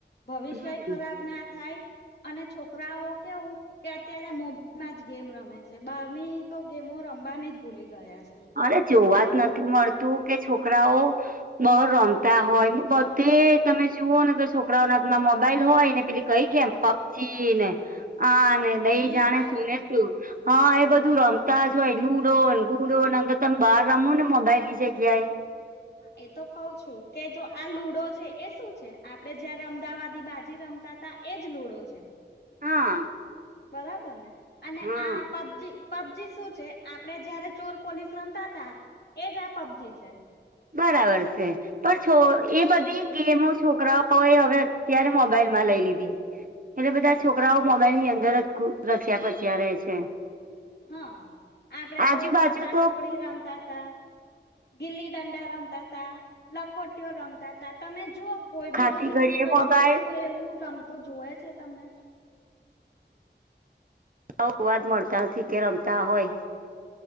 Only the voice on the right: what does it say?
હમ
અરે જોવા
જ નથી મળતું કે છોકરાઓ બહાર રમતા હોય, બધે તમે જુઓ ને તો છોકરાઓ ના હાથ માં મોબાઈલ હોય ને પેલી કઈ ગેમ પબજી ને આ ને દઈ
જાણે
શું ને શું... હ, એ બધું રમતા જ હોય લુડો ન ગુડો અર.. તમે બહાર રમો ને મોબાઈલ ની જગ્યાએ
હા
હા
બરાબર છે. પણ છો, એ બધી ગેમો છોકરાઓ એ હવે અત્યારે મોબાઈલ માં લઈ લીધી. એટલે બધા છોકરાઓ મોબાઈલ ની અંદર જ રચિયા-પચ્યા રહે છે.
આજુબાજુ
તો
ખાતી
ઘડીએ
મોબાઈલ
સૌ વાત મળતા નથી કે રમતા હોય.